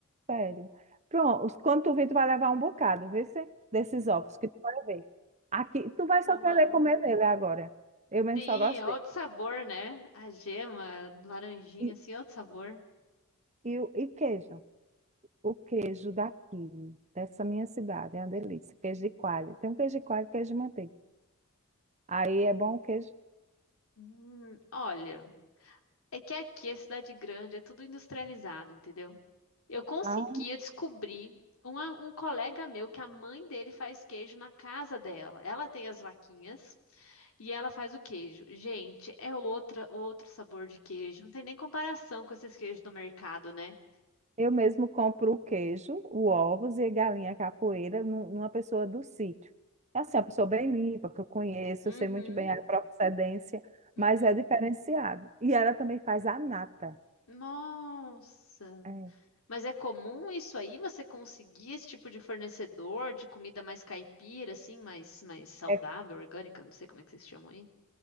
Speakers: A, on the right; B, on the left.
A: Sério. Pronto, os- quando tu vir, tu vai levar um bocado, vê se desses ovos que tu vai ver. Aqui, tu vai
B: Tomara.
A: só querer comer dele agora. Eu mesmo
B: Sim,
A: só gosto
B: é
A: dele.
B: outro sabor, né? A gema, laranjinha,
A: E,
B: assim, é outro sabor.
A: e, o- e queijo. O queijo daqui, dessa minha cidade, é uma delícia. Queijo de coalho. Tem um queijo de coalho e queijo de manteiga. Aí é bom o queijo.
B: Hum, olha. É que aqui é cidade grande, é tudo industrializado, entendeu? Eu consegui,
A: Ah,
B: eu descobri a- um colega meu que a mãe dele faz queijo na casa dela. Ela tem as vaquinhas e ela faz o queijo. Gente, é outra, outro sabor de queijo. Não tem nem comparação com esses queijos do mercado, né?
A: Eu mesmo compro o queijo, o ovos e a galinha capoeira num- numa pessoa do sítio. É assim, é uma pessoa bem limpa, que eu conheço,
B: Uhum,
A: eu sei muito bem a procedência,
B: uhum.
A: mas é diferenciado. E ela também faz a nata.
B: Nossa.
A: É,
B: Mas é comum isso aí? Você conseguir esse tipo de fornecedor de comida mais caipira, assim, mais, mais saudável,
A: é,
B: orgânica? Não sei como é que vocês chamam aí.